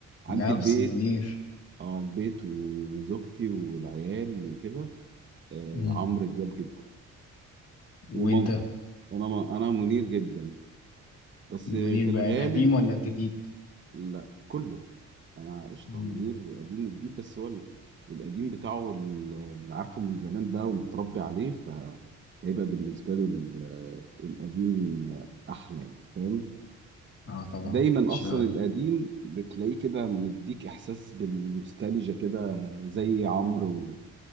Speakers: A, on the right; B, on the left.
A: عندي
B: لا
A: البيت
B: بس منير
A: آه البيت وزوجتي والعيال وكده آه
B: مم.
A: عمرو دياب جدا
B: وانت
A: ومامتي أنا أنا منير جدا بس
B: منير
A: في
B: بقى
A: الغالب
B: القديم ولا الجديد
A: لا كله انا عشت
B: مم.
A: على منير قديم وجديد بس هو ال- القديم بتاعه هو اللي عارفه من زمان بقى ومتربي عليه فهيبقى بالنسبه له ال- القديم احلى يعني فاهم
B: اه طبعا
A: دايما
B: ش...
A: اصلا القديم بتلاقيه كده مديك احساس بالنوستالجيا كده زي عمرو